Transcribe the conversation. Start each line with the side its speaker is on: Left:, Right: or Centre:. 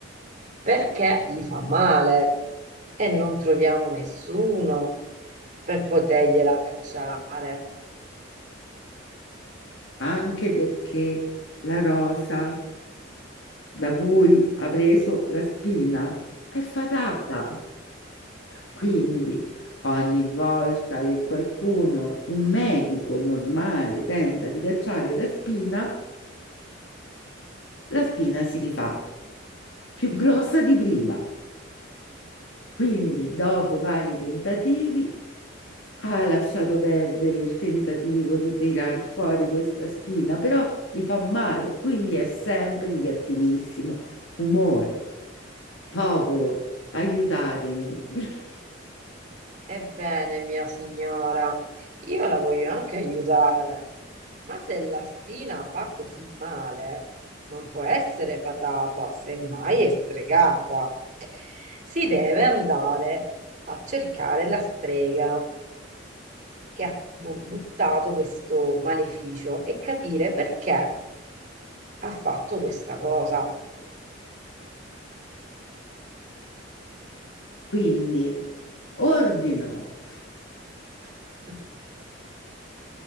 Right: perché gli fa male e non troviamo nessuno per potergliela cacciare.
Left: Anche perché la rosa da cui ha preso la spina è fatata. Quindi
Right: <laughs>
Left: ogni volta che qualcuno, un medico normale, tenta di cacciare la spina, la spina si rifà più grossa di prima. Quindi, dopo vari tentativi, ha lasciato perdere il tentativo di tirar fuori questa spina, però gli fa male, quindi è sempre di cattivissimo umore. Popolo, aiutatemi. <laughs>
Right: Ebbene, mia signora, io la voglio anche aiutare, ma se la spina fa così male, non può essere fatata, semmai è stregata. Si deve andare a cercare la strega che ha bu- buttato questo maleficio e capire perché ha fatto questa cosa.
Left: Quindi, ordino
Right: <laughs>